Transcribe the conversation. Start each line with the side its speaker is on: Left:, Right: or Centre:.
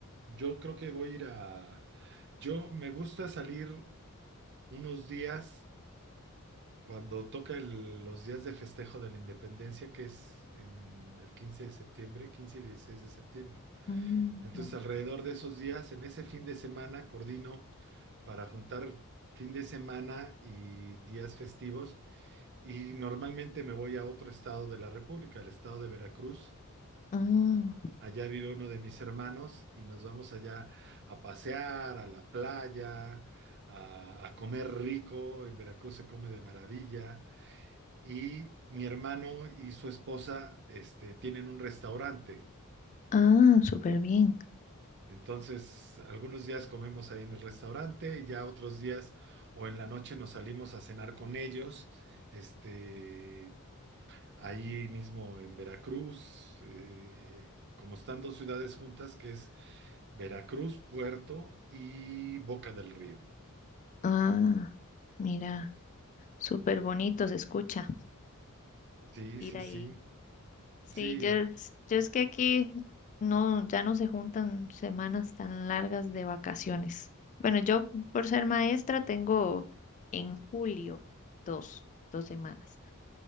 Right: Yo creo que voy a ir a... Yo me gusta salir unos días cuando toca el- los días de festejo de la independencia, que es en el 15 de septiembre, 15 y 16 de septiembre.
Left: Mm,
Right: Entonces,
Left: no.
Right: alrededor de esos días, en ese fin de semana, coordino para juntar fin de semana y días festivos. Y normalmente me voy a otro estado de la República, el estado de Veracruz.
Left: Ah,
Right: Allá vive uno de mis hermanos y nos vamos allá a pasear, a la playa, a, a comer rico. En Veracruz se come de maravilla. Y mi hermano y su esposa, este, tienen un restaurante.
Left: ah, súper bien.
Right: Entonces, algunos días comemos ahí en el restaurante y ya otros días o en la noche nos salimos a cenar con ellos, este, ahí mismo en Veracruz, eh, como están dos ciudades juntas, que es Veracruz, Puerto y Boca del Río.
Left: Ah, mira, súper bonito se escucha
Right: Sí,
Left: ir
Right: sí,
Left: ahí.
Right: sí,
Left: Sí,
Right: sí.
Left: yo, es- yo es que aquí no, ya no se juntan semanas tan largas de vacaciones. Bueno, yo por ser maestra tengo en julio dos, dos semanas,